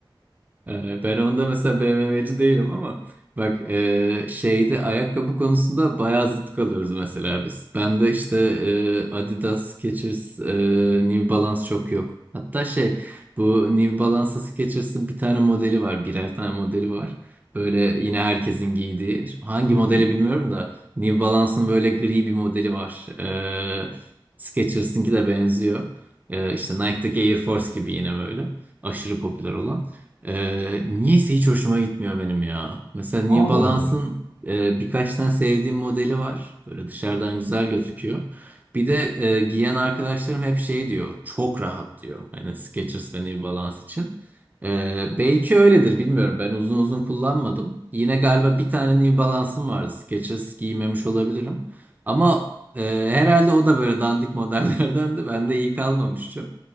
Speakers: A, on the right (about 20°); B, on the right (about 80°).
A: Ee, Ben onda mesela BMW'ci değilim ama bak e, şeyde ayakkabı konusunda bayağı zıt kalıyoruz mesela biz. Ben de işte e, Adidas, Skechers, e, New Balance çok yok. Hatta şey bu New Balance'ı Skechers'ın bir tane modeli var. Birer tane modeli var. Böyle yine herkesin giydiği. Şimdi Hangi
B: Hı
A: modeli
B: hı.
A: bilmiyorum da New Balance'ın böyle gri bir modeli var. E, Skechers'ınki de benziyor. E, işte Nike'daki Air Force gibi yine böyle. Aşırı popüler olan. Ee, niyeyse hiç hoşuma gitmiyor benim ya. Mesela New
B: Allah
A: Balance'ın
B: Allah.
A: e, birkaç tane sevdiğim modeli var. Böyle dışarıdan güzel gözüküyor. Bir de e, giyen arkadaşlarım hep şey diyor. Çok rahat diyor. Hani Skechers ve New Balance için. Ee, belki öyledir bilmiyorum. Ben uzun uzun kullanmadım. Yine galiba bir tane New Balance'ım vardı. Skechers giymemiş olabilirim. Ama e, herhalde o da böyle dandik <laughs> modellerdendi. Bende iyi kalmamış çok.